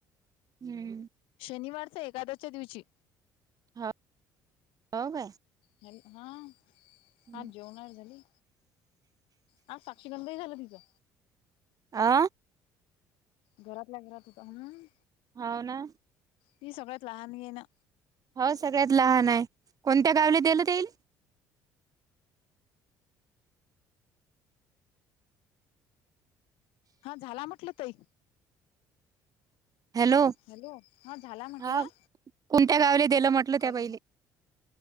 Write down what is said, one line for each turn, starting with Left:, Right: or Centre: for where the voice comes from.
Right: हम्म.
Left: शनिवारचं एकादसच्या दिवशी.
Right: हा, हो काय.
Left: हॅलो, हा.
Right: हम्म
Left: आज जेवणाळ झाली? आज साक्षीगंधही झालं तिचं.
Right: आ?
Left: घरातल्या घरात होता हं.
Right: होव ना.
Left: ती सगळ्यात लहान येना.
Right: हो सगळ्यात लहान आहे, कोणत्या गावला दिल तेईल?
Left: हा झाला म्हटलं ताई.
Right: हॅलो,
Left: हॅलो हा झाला म्हटलं
Right: हा. कोणत्या गावले देलं म्हटलं
Left: कर
Right: त्या बाईले?